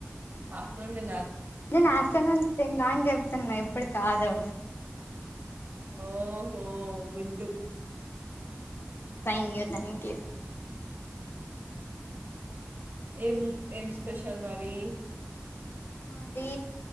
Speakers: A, on the right; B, on the left.
A: ఆఫ్టర్నూ <unintelligible>
B: నేను ఆఫ్టర్నూన్ తిన్నా అని చెప్తున్నా ఇప్పుడు కాదు
A: ఓహో గుండూ
B: థ్యాంక్ యూ థ్యాంక్ యూ
A: ఏం ఏం స్పెషల్ మరి
B: మాది